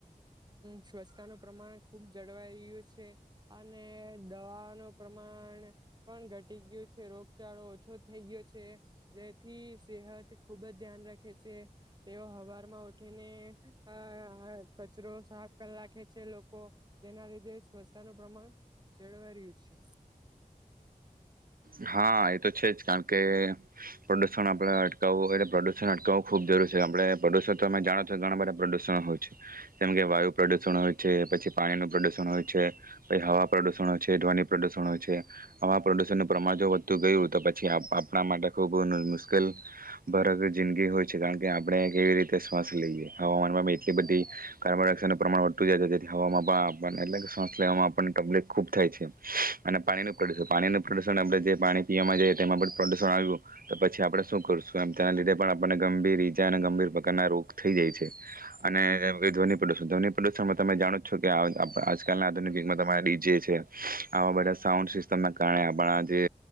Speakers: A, on the right; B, on the right.
A: ચ્છ્વચ્છતાનો પ્રમાણ ખૂબ જળવાઈ રયુ છે અને દવાનો પ્રમાણ પણ ઘટી ગ્યું છે. રોગચાળો ઓછો થઈ ગ્યો છે જેથી સેહત ખુબજ ધ્યાન રાખે છે. તેઓ હવારમાં ઉઠીને આહ આ કચરો સાફ કર રાખે છે. લોકો તેના લીધે ચ્છ્વચ્છતાનું પ્રમાણ જળવાઈ રહ્યું છે.
B: હા, એ તો છે જ કાણકે પ્રદુષણ આપડે અટકાવું હોય તો પ્રદુષણ અટકાવું ખૂબ જરૂરી છે. આપડે <unintelligible> જાણો છો ઘણા બધા પ્રદૂષણ હોય છે જેમકે વાયુ પ્રદુષણ હોય છે, પછી પાણીનું પ્રદુષણ હોય છે, પઇ હવા પ્રદુષણ હોય છે, ધ્વનિ પ્રદુષણ હોય છે. હવા પ્રદુષણનું પ્રમાણ જો વધતું ગયું તો પછી આપ-આપણા માટે ખૂબ મુ-મુશ્કેલ ભરક જિંદગી હોય છે. કારણ કે આપણે કેવી રીતે શ્વાસ લઈએ, હવામાનમાં એટલી બધી કાર્બન ડાયોક્સાઇડ નું પ્રમાણ વધતું જાય છે, જેથી હવામાં પણ આપણ એટલે શ્વાસ લેવામાં આપણને તકલીફ ખૂબ થાય છે. અને પાણીનું પ્રદૂષણ, પાણીના પ્રદૂષણ આપણે જે પાણી પીવામાં જઈએ તેમાં પણ પ્રદુષણ આવ્યું તો પછી આપણે શું કરશું એમ. તેના લીધે પણ આપણને ગંભીર ઈજા અને ગંભીર પ્રકારના રોગ થઈ જાય છે. અને ધ્વનિ પ્રદૂષણ-ધ્વનિ પ્રદુષણમાં તમે જાણો છો કે આ આપડા આજકાલના આધુનિક યુગમાં તમારા ડીજે છે, આવા બધા સાઉન્ડ સિસ્ટમના કારણે બણા જે